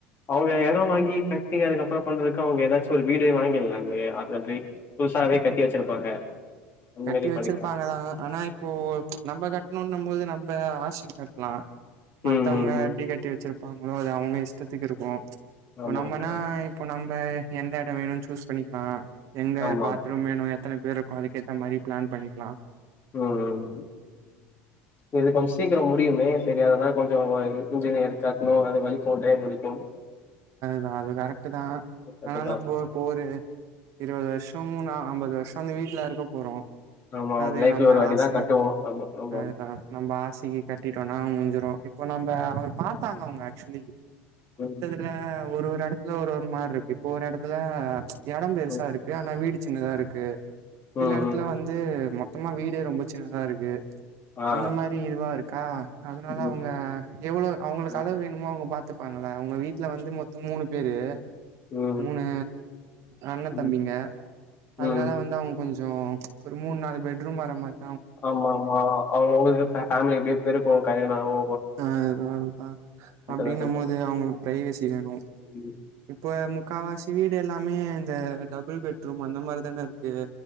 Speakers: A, on the left (about 35°); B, on the right (about 60°).
A: அவங்க எடம் வாங்கி கட்டி அதுக்கப்பற பண்றதுக்கு அவங்க ஏதாச்சும் ஒரு வீடு வாங்கிட்லாமே அதுகாண்றி புதுசாவே கட்டி வச்சிருப்பாங்க அந்த
B: கட்டி
A: மாரி
B: வச்சிருப்பாங்க
A: பண்ணிக்கலா
B: தா ஆனா இப்போ நம்ம கட் ணேணுன்னும்போது நம்ப ஆசிக் கட்லா மத்தவங்க
A: ம் ம் ம்
B: எப்டி கட்டி வச்சிறுப் பாக்போனா அது அவங்க இஷ்டத்துக்கு இருக்கு இப்ப
A: ஆமா
B: நம்மனா
A: ஆமா
B: இப்போ நம் நய் எந்த எடம் வேணுன்னு சூஸ் பண்ணிக்கலா எங்க
A: ஆமா
B: பாத்ரூம் வேணு எத்தனபேர் இருக்கும் அதுக் ஏத்த மாரி பிளான் பண்ணிக்கலாம்
A: <unintelligible> இதுக் அமிச் சீக்கிரம் முடியுமே சரி அதெல்லாம் கொஞ்சம் இன்ஞினியர்க் காட்னோ அத வலிக்கும் <unintelligible>
B: நா அது கரெக்ட்தா
A: கண்டிப்பா
B: ஆனா நம்ப போரு இருவது வருஷம் நா அம்பது வருஷம் இந்த வீட்ல் இருக்க போறோம்
A: ஆமா
B: அது
A: லைஃப்ல
B: நம்ம
A: ஒரு வாட்டிதா
B: ஆசை
A: கட்டுவோ ஆமா ஆமா
B: அதான் நம்ப ஆசைக்கு கட்டிட்டோனா முஞ்சூரும் ம் இப் நம்ப அவர் பாார்த்தாங்க அவங்க ஆக்சுலி
A: <unintelligible>
B: இல்ல ஒரு ஒரு எடத்துல ஒரு ஒரு மாரி இருக்கு இப்ப ஒரு எடத்துல எடம் பெருசா
A: ம்
B: இருக்கு ஆனா வீடு சின்னதா இருக்கு சில
A: ம்
B: எடத்துல
A: ம்
B: வந்து மொத் மொத்தமா வீடே ரொம்ப சின்னதா இருக்கு
A: ஆ
B: அந்த மாரி இதுவா இருக்கா அதனால
A: ம்
B: அவங்க எவ்ளோ அவங்களுக்கு
A: ம்
B: அளவு வேணுமோ அவங்க பாத்துப் பாங்களா அவங்க வீட் வீட்ல வந்து மொத்தம் மூணு பேரு
A: ம்
B: மூணு அண்ண
A: ம்
B: தம்பிங்க அதனால
A: ம்
B: வந்து அவங்க கொஞ்சம் கொஞ்சே ஒரு மூண் நாலு பெட்ரூம் வரமாரி
A: ஆமா ஆமா அவங்கவங்களுக் ஃபேமிலி எப்படியூம் பெரூக்கூம் கல்யாணம் ஓ
B: ஆ அதுவேறப்ப, அப்டின்னூம்
A: தா கரெக்ட்
B: போது அவங்களுக்கு பிரைவெசி வேணும்
A: தா
B: இப்ப முக் முக்காவாசி வீடு எல்லாமே இந்த டபுள் பெட்ரூம் அந்த மாதிரி தானே இருக்கு